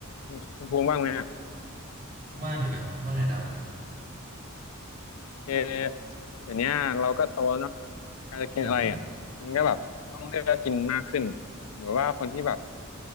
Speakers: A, on the left; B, on the right.
A: คุณภูมิว่างไหมอ่ะ
B: ว่างอยู่นะว่างไงด
A: เออเดี๋ยวเนี้ยเราก็โตแล้วเนาะการจะกินอะไรอ่ะมันก็แบบต้องเลือกกินมากขึ้น
B: ำอืม
A: หรือว่าคนที่แบบ